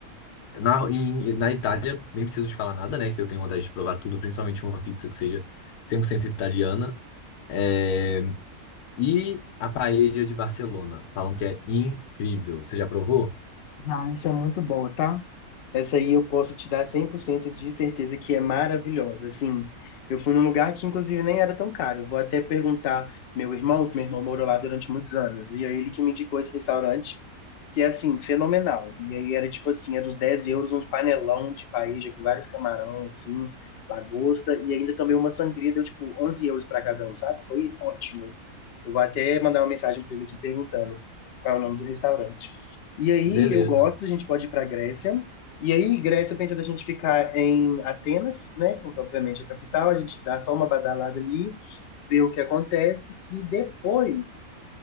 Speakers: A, on the left; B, on the left.
A: na, em- na Itália, nem preciso de falar nada, né? Que eu tenho vontade de provar tudo, principalmente uma pizza que seja 100% italiana. É, e a paella de Barcelona. Falam que é incrível. Você já provou?
B: Ah, isso é muito boa, tá? Essa aí eu posso te dar 100% de certeza que é maravilhosa. Assim, eu fui num lugar que inclusive nem era tão caro. Eu Vou até perguntar meu irmão, que meu irmão morou lá durante muitos anos, e é ele que me indicou esse restaurante, que é assim, fenomenal. E aí era tipo assim, era uns 10 euros, um panelão de paella com vários camarão, assim, lagosta, e ainda tomei uma sangria, deu tipo 11 euros pra cada um, sabe? Foi ótimo. Eu vou até mandar uma mensagem pra ele aqui perguntando qual é o nome do restaurante. E aí,
A: Beleza.
B: eu gosto, a gente pode ir pra Grécia. E aí, Grécia, eu pensei da gente ficar em Atenas, né? Porque, obviamente, é a capital. A gente dá só uma badalada ali, vê o que acontece. E depois